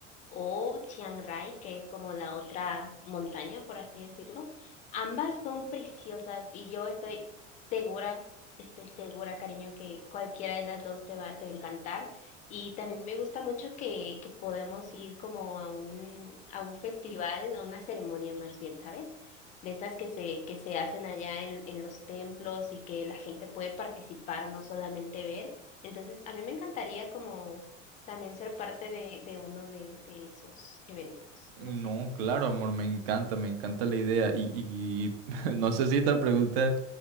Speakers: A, on the left; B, on the right.
A: o Chiang Rai, que es como la otra montaña, por así decirlo. Ambas son preciosas y yo estoy segura, estoy segura, cariño, que cualquiera de las dos te va, te va a encantar. Y también me gusta mucho que, que podamos ir como a un, a un festival, a una ceremonia más bien, ¿sabes? De estas que se, que se hacen allá en, en los templos y que la gente puede participar, no solamente ver. Entonces, a mí me encantaría como también ser parte de, de uno de, de esos eventos.
B: No,
A: No sé.
B: claro, amor, me encanta, me encanta la idea y, y- <laughs> no sé si esta pregunta,